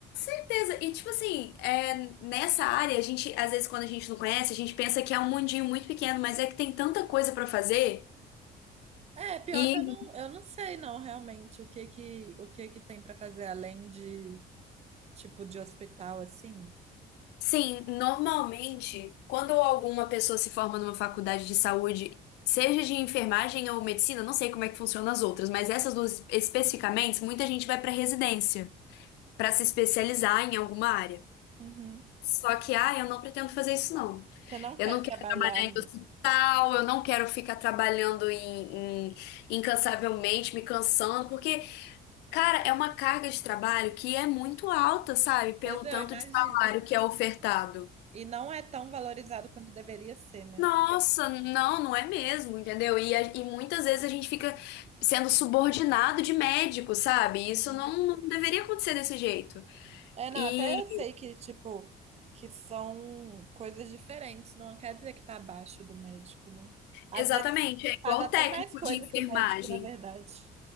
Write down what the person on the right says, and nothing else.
É, pior
que eu não, eu não sei não realmente o que que, o que que tem pra fazer além de tipo de hospital assim.
Uhum.
Você não quer
trabalhar,
né?
pois é,
eu imagino.
E não é tão valorizado quanto deveria ser, né?
Sim.
É, não,
até eu sei que, tipo, que são coisas diferentes, não quer dizer que tá abaixo do médico, né? Às
vezes
faz até
mais coisa
que o médico, na verdade.